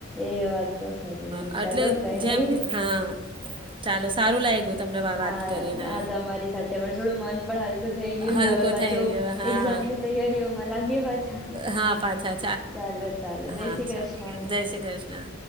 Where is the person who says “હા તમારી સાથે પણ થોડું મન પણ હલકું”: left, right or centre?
Centre